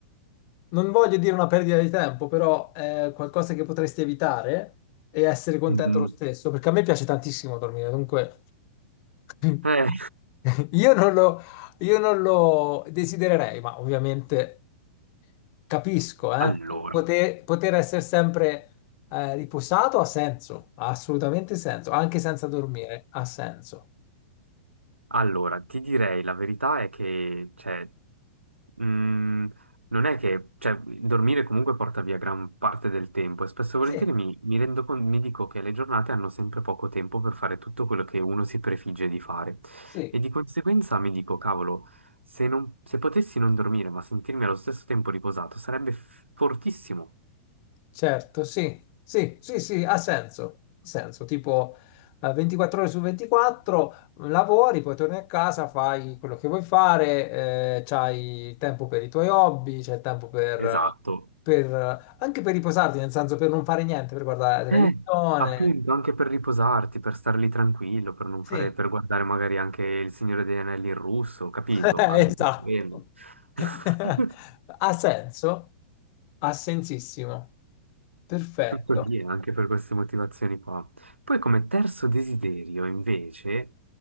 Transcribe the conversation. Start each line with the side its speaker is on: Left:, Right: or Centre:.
Left: non voglio dire una perdita di tempo, però è qualcosa che potresti evitare e essere contento
Right: Mm,
Left: lo stesso, perché a me piace tantissimo dormire, dunque <laughs>
Right: Eh,
Left: io non lo, io non lo desidererei, ma ovviamente capisco, eh.
Right: allora,
Left: Poter, poter essere sempre eh, riposato ha senso, ha assolutamente senso, anche senza dormire, ha senso.
Right: allora, ti direi la verità è che, cioè, Mm, non è che, cioè, dormire comunque porta via gran parte del tempo e spesso e volentieri
Left: Sì,
Right: mi, mi rendo conto, mi dico che le giornate hanno sempre poco tempo per fare tutto quello che uno si prefigge di fare
Left: sì.
Right: e di conseguenza mi dico, cavolo, se non- se potessi non dormire ma sentirmi allo stesso tempo riposato sarebbe f- fortissimo.
Left: Certo, sì, sì, sì, sì, ha senso, ha senso, tipo eh, 24 ore su 24 lavori, poi torni a casa, fai quello che vuoi fare, eh, c'hai il tempo per i tuoi hobby, c'è il tempo per,
Right: Esatto.
Left: per, eh, anche per riposarti, nel senso per non fare niente, per guardare la
Right: Eh,
Left: televisione.
Right: appunto, anche per riposarti, per star lì tranquillo, per non
Left: Sì,
Right: fare, per guardare magari anche Il Signore degli Anelli in russo, capito?
Left: <laughs> esatto.
Right: Anche per quello. <laughs>
Left: <laughs> Ha senso? Ha sensissimo. Perfetto.
Right: Tutto lì, eh, anche per queste motivazioni qua. Poi come terzo desiderio, invece,